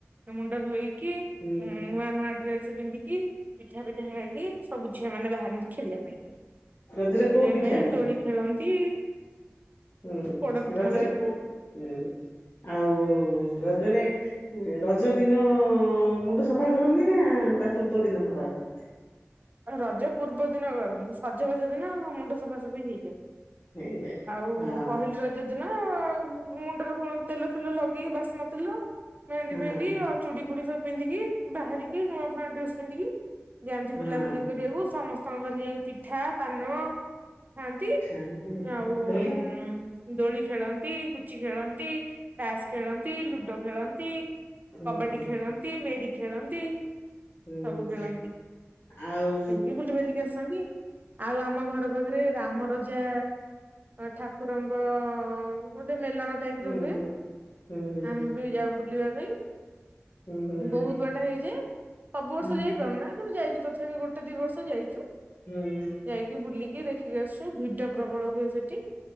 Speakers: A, on the right (about 35°); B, on the left (about 60°).
A: ଓ ମୁଣ୍ଡ ଧୋଇକି ଏଁ,
B: ହୁଁ
A: ନୂଆ ନୂଆ ଡ୍ରେସ୍ ପିନ୍ଧିକି ପିଠା ପିଠା ଖାଇକି ସବୁ ଝିଅ ମାନେ ବାହାରନ୍ତି ଖେଳିବା ପାଇଁ କି,
B: ରଜରେ କୋଉ
A: ଖେଳିବା
B: ପିଠା
A: ପାଇଁ
B: ହୁଏ?
A: ଦୋଳି ଖେଳନ୍ତି।
B: ହୁଁ,
A: ପୋଡ ପିଠା
B: ରଜରେ
A: ହୁଏ
B: କୋ- ହୁଁ, ଆଉ ରଜରେ ଏ ରଜ ଦିନ ମୁଣ୍ଡ ସଫା କରନ୍ତି ନା ତା ପୂର୍ବ ଦିନ ସଫା କରନ୍ତି?
A: ଆହା ରଜ ପୂର୍ବ ଦିନ କରନ୍ତି। ସଜବାଜ ଦିନ ମୁଣ୍ଡ ସଫାସଫି ହେଇଯାଏ।
B: ହେଇଯାଏ।
A: ଆଉ
B: ହଁ
A: ପହିଲି ର ଜ ଦିିନ ମୁ-ମୁଣ୍ଡରେ ବ-ତେଲ ଫେଲ ଲଗେଇକି ବାସନ ତେଲ, ମେହେନ୍ଦି
B: ହଁ
A: ଫେହେନ୍ଦି ଓ ଚୁଡି ଫୁଡି ସବ ପିନ୍ଧିକି ବାହାରିକି ନୂଆ ନୂଆ ଡ୍ରେସ୍ ପିନ୍ଧିକି ଯାଆନ୍ତି
B: ହଁ
A: ବୁଲାବୁଲି କରିବାକୁ ସମସ୍ତଙ୍କ ଘରେ ଯାଇକି ପିଠା, ପାନ ଖାଆନ୍ତି,
B: ଖାଆନ୍ତି
A: ଆଉ
B: ଦୋଳି
A: ଉଁ, ଦୋଳି ଖେଳନ୍ତି, ପୁଚି ଖେଳନ୍ତି, ତାସ୍ ଖେଳନ୍ତି, ଲୁଡୋ ଖେଳନ୍ତି।
B: ହୁଁ
A: କବାଡି
B: ହୁଁ
A: ଖେଳନ୍ତି, ମେରି ଖେଳନ୍ତି।
B: ହୁଁ
A: ସବୁ
B: ହୁଁ।
A: ଖେଳନ୍ତି
B: ଆଉ
A: ଖେଳିକି ବୁଲି ବାଲିକି ଆସନ୍ତି ଆଉ ଆମ ଘର ପାଖରେ ରାମ ରଜା ଠାକୁରଙ୍କ ଗୋଟେ ମେଲଣ ଟାଇପର
B: ହୁଁ
A: ହୁଏ
B: ହୁଁ ହୁଁ ହୁଁ
A: ଆମେ
B: ହୁଁ
A: ବି ଯାଉ ବୁଲିବା ପାଇଁ।
B: ହୁଁ ହୁଁ
A: ବହୁତ ବାଟ ହେଇଯାଏ ସବୁ ବର୍ଷ
B: ହୁଁ ହୁଁ
A: ଯାଇପାରୁ ନା ତୁ ଯାଇଛୁ ଥର ବି ଗୋଟେ ଦି ବର୍ଷ ଯାଇଚୁ।
B: ହୁଁ ହୁଁ।
A: ଯାଇକି ବୁଲିକି ଦେଖିକି ଆସୁ ଭିଡ ପ୍ରବଳ ହୁଏ ସେଠି।